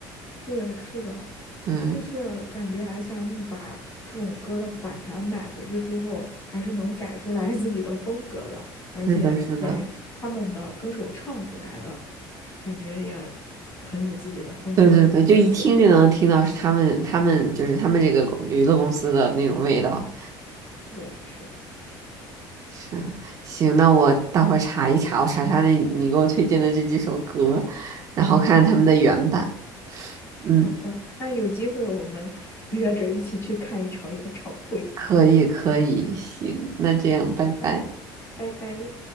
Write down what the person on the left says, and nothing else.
对，是的，
就是感觉 SM 把这种歌的版权买回去之后，还是能改出来 <laughs> 自己的风格的，而且演员他们的歌手唱出来的，
感觉也很有自己的风格和特色。
对，是的，
好的，那有机会我们约着一起去看一场演唱会。
吧。拜拜。